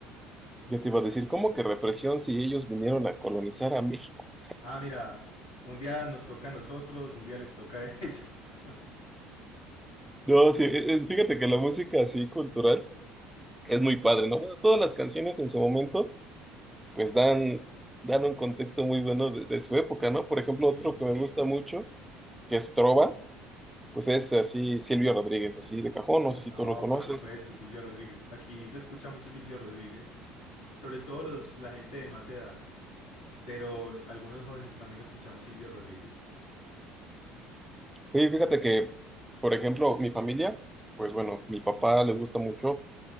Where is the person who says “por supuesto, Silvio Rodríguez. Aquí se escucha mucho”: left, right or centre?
Left